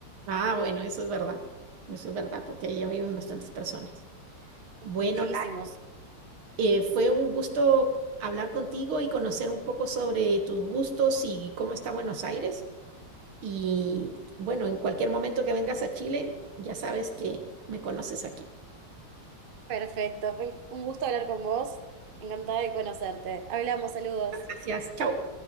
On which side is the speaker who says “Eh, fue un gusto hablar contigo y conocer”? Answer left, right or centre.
Right